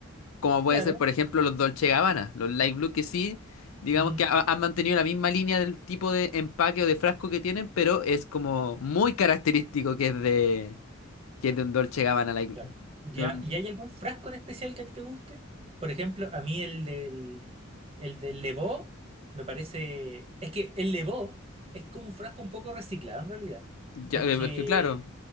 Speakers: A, on the left; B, on the right.
A: como puede
B: claro.
A: ser, por ejemplo, los Dolce Gabbana, los Light Blue, que sí, digamos
B: ujú,
A: que ha- han mantenido la misma línea del tipo de empaque o de frasco que tienen, pero es como muy característico que es de, que es de un Dolce Gabbana Light Blue.
B: claro. ¿Ya,
A: De un-
B: y hay algún frasco en especial que a ti te guste? Por ejemplo, a mí el del, el del Levó me parece... Es que el Levó es como un frasco un poco reciclado en realidad.
A: ya,
B: Porque
A: es que claro,